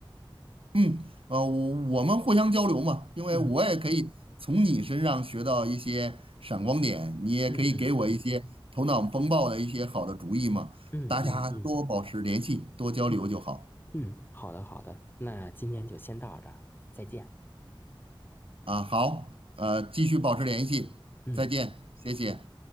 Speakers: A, on the right (about 80°); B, on the left (about 20°).
A: 嗯，呃，我我们互相交流嘛，因为我也可以从你身上学到一些闪光点，
B: 嗯
A: 你也可以给我一些头脑风暴的一些好的主意嘛。
B: 嗯嗯嗯嗯嗯嗯
A: 大家多保持联系，多交流就好
B: 嗯嗯，好的好的，那今天就先到这儿，再见。
A: 啊。好，呃，继续保持联系，
B: 嗯。
A: 再见，谢谢。